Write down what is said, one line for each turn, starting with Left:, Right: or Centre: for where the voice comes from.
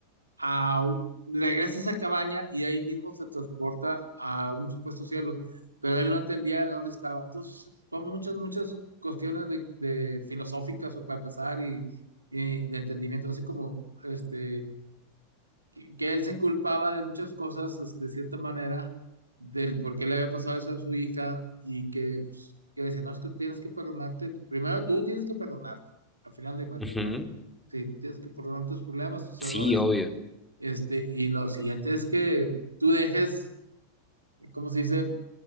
Right: a- a, regresa a esa cabaña y de ahí mismo se transporta a un supuesto cielo, pero él no entendía dónde estaba. Entonces, son muchas, muchas cuestiones de, de filosóficas para pasar y, y de entendimiento, así como este, que, que él se culpaba de muchas cosas, este, de cierta manera, del por qué le había pasado eso a su hija y que, pues, que decía, no, es que tienes que perdonarte, tú- primero tú tienes que perdonarte, a final de cuentas,
Centre: ujú.
Right: ¿verdad? Sí, tienes que perdonar tus problemas, tus
Centre: Sí,
Right: errores
Centre: obvio.
Right: este, y lo siguiente es que tú dejes, ¿cómo se dice?